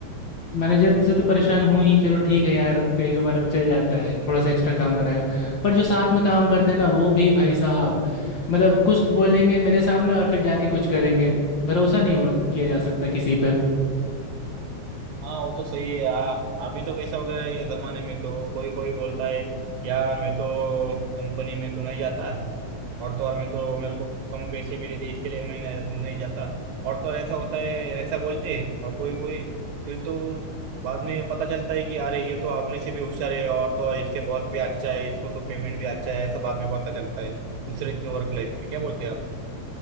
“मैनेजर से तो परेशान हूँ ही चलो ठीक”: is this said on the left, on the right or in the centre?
Left